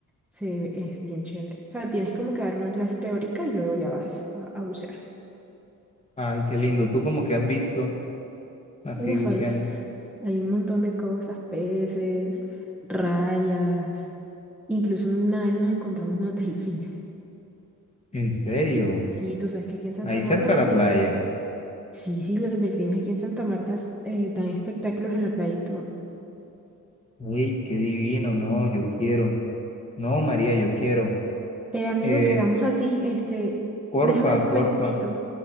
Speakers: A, in the centre; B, on the left (about 20°).
A: se, es bien chévere. O sea, tienes como que dar una clase teórica y luego ya vas a, a bucear.
B: Ay, qué lindo. ¿Tú como que has visto así
A: Uf,
B: buceando?
A: hay, hay un montón de cosas, peces, rayas, incluso una vez nos encontramos unos <laughs> delfines.
B: ¿En serio?
A: Sí, tú sabes que aquí en Santa
B: Ahí
A: Marta
B: cerca
A: los
B: de la
A: del,
B: playa.
A: Sí, sí, los delfines aquí en Santa Marta eh, dan espectáculos en la playa y todo.
B: Ay, qué divino. No, yo quiero. No, María, yo quiero.
A: Eh, amigo,
B: Eh,
A: quedamos así, este,
B: porfa,
A: déjame un momentito.
B: porfa.